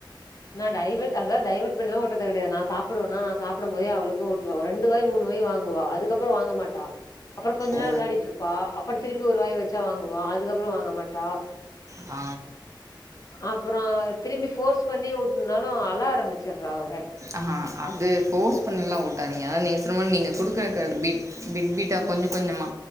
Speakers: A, on the left; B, on the right.
A: நா டைவர்ட் அதா டைவர்ட் பண்ணில்லா ஊட்றது கெடையாது நா சாப்டுவனா நா சாப்டும் போதே அவளுக்கு ஊட் ஒரு ரெண்டு வாய் மூணு வாய் வாங்குவா அதுக்கப்றோ வாங்க மாட்டா அப்றோ கொஞ்ச நேர
B: ஓ
A: விளாடிட்டு இருப்பா அப்றோ திருப்பி ஒரு வாய் வெச்சா வாங்குவா அதுக்கப்றோ வாங்க மாட்டா
B: அ
A: அப்பறோ திரும்பி ஃபோர்ஸ் பண்ணி ஊட்டுனாலு அழ ஆரம்பிச்சிறா அவ
B: அஹா அது ஃபோர்ஸ் பண்ணிலா ஊட்டாதீங்க அதா நீங்க சொன்னமாரி நீங்க குடுக்கற அந்த பிட் பிட் பிட் டா
A: ம்
B: கொஞ்ச கொஞ்சமா